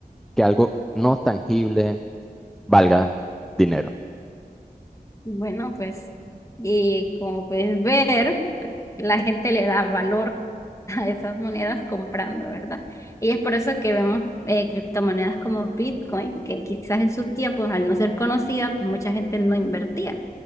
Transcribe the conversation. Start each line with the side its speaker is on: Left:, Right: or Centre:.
Centre: que algo no tangible valga dinero?
Left: Bueno, pues, y como puedes ver, pues, la gente le da valor <laughs> a esas monedas comprando, ¿verdad? Y es por eso que vemos eh, criptomonedas como Bitcoin, que quizás en sus tiempos, al no ser conocida, pues mucha gente no invertía.